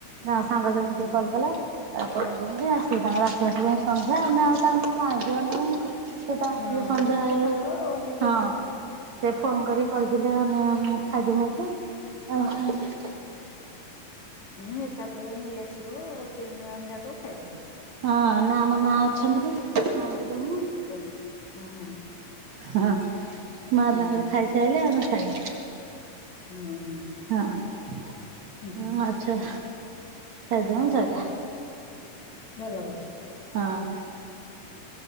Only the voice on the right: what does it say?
ତାଙ୍କ ସାଙ୍ଗ ଜଣେ
କିଏ କଲ କଲା ତ ପଳେଇଚନ୍ତି ଆଉ ସିଏ ତାଙ୍କର ଆସୁ ଆସୁ ଯାଇଁ ସନ୍ଧ୍ୟା ଆମେ ଆଉ ତାଙ୍କୁ <unintelligible> ସେ ତ ଆସିବେ
ସନ୍ଧ୍ୟା
ହେଇଯାଉ
ହଁ।
ସେ ଫୋନ କରି କହିଥିଲେ <unintelligible> ଖାଇଦେମି ଏଠି <unintelligible>
ହଁ ନା ଆମ ମା ଅଛନ୍ତି ପା ମାଙ୍କୁ ଦୋମୁ।
ହଁ ମା
ତାଙ୍କର ଖାଇସାରିଲେ ଆମେ ଖାଇବା।
ହଁ
ହଁ <unintelligible> ଚାଲ ଖାଇ ଦେ ଆମର ସରିଲା।
ହଁ।